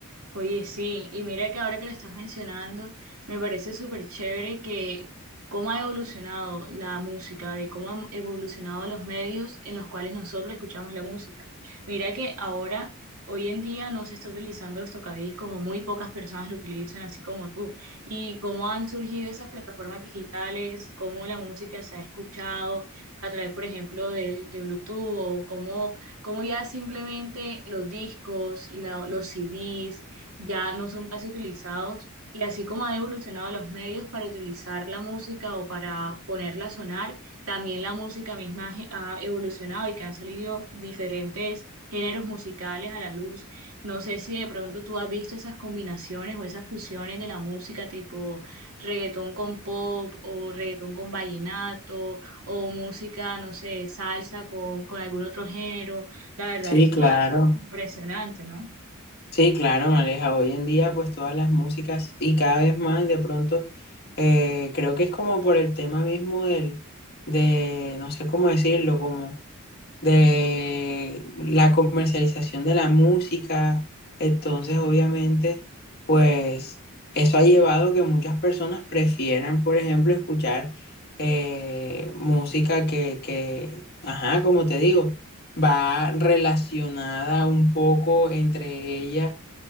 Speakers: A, on the right; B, on the left.
A: Oye, sí, y mira que ahora que lo estás mencionando, me parece súper chévere que cómo ha evolucionado la música, de cómo han evolucionado los medios en los cuales nosotros escuchamos la música. Mira que ahora, hoy en día, no se está utilizando los tocadiscos o muy pocas personas lo utilizan así como tú. Y cómo han surgido esas plataformas digitales, cómo la música se ha escuchado a través, por ejemplo, de, de Bluetooth o cómo, cómo ya simplemente los discos, la- los CDs ya no son casi utilizados y así como han evolucionado los medios para utilizar la música o para ponerla a sonar, también la música misma ge- ha evolucionado y que han salido diferentes géneros musicales a la luz. No sé si de pronto tú has visto esas combinaciones o esas fusiones de la música tipo reggaetón con pop o reggaetón con vallenato o música, no sé, salsa con, con algún otro género. La verdad
B: Sí,
A: es
B: claro.
A: que impresionante, ¿no?
B: Sí, claro, Maleja. Hoy en día, pues todas las músicas y cada vez más, de pronto, eh, creo que es como por el tema mismo del, de, no sé cómo decirlo, como... de la comercialización de la música. Entonces, obviamente, pues eso ha llevado a que muchas personas prefieran, por ejemplo, escuchar eh, música que, que, ajá, como te digo, va relacionada un poco entre ella.